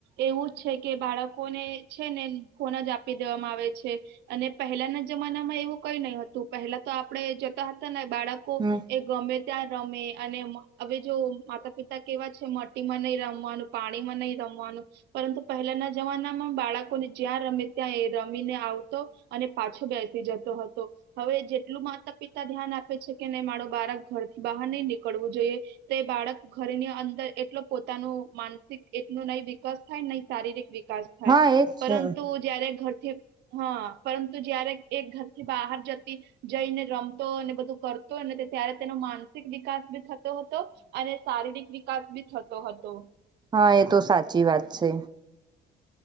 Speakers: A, on the right; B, on the right.
A: એવું જ છે કે બાળકોને છે ને ફોન જ આપી દેવામાં આવે છે. અને પહેલાના જમાનામાં એવું કઈ નઈ હતું, પહેલા તો આપડે જોતા હતા ને બાળક કૂબ
B: હમ
A: એ ગમે ત્યાં રમે અને મ હવે જો માતા-પિતા કેવા છે મટીમાં નઈ રમવાનું, પાણીમાં નઈ રમવાનું. પરંતુ પહેલાના જમાનામાં બાળકોને જ્યાં રમે ત્યાં એ રમીને આવતો અને પાછો બેસી જતો હતો. હવે જેટલું માતા-પિતા ધ્યાન આપે છે કે નઈ મારો બાળક ઘરથી બહાર નઈ નીકળવું જોઈએ તે બાળક ઘરની અંદર એટલો પોતાનો માનસિક એટલુ નઈ વિકાસ થાય, નઈ શારીરિક વિકાસ થાય,
B: હા એજ
A: પરંતુ
B: છે,
A: જયારે ઘરથી હા, પરંતુ જયારે એ ઘરથી બહાર જતી જઈને રમતો અને બધું કરતો ને તો ત્યારે તેનો માનસિક વિકાસ બી થ તો હતો અને શારીરિક વિકાસ ભી થતો હતો.
B: હા, એ તો સાચી વાત છે.